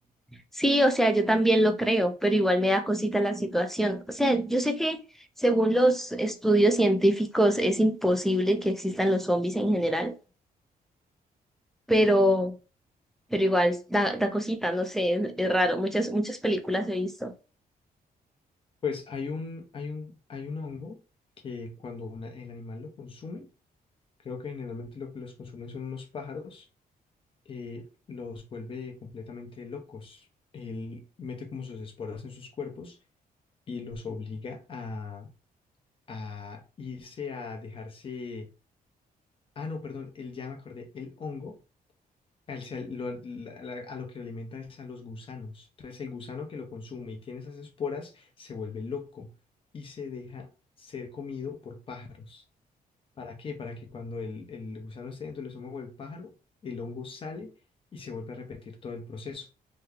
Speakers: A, in the centre; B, on the left.
A: Sí, o sea, yo también lo creo, pero igual me da cosita la situación. O sea, yo sé que según los estudios científicos es imposible que existan los zombies en general, pero, pero igual da, da cosita, no sé, es, es raro. Muchas, muchas películas he visto.
B: Pues hay un, hay un, hay un hongo que cuando una- el animal lo consume, creo que generalmente lo que los consumen son unos pájaros, eh, los vuelve completamente locos. Él mete como sus esporas en sus cuerpos y los obliga a, a irse a dejarse Ah, no, perdón, el ya me acordé, el hongo, al- se- lo- la- la- a lo que lo alimenta es a los gusanos. Entonces el gusano que lo consume y tiene esas esporas se vuelve loco y se deja ser comido por pájaros. ¿Para qué? Para que cuando el, el gusano esté dentro del estómago del pájaro, el hongo sale y se vuelve a repetir todo el proceso.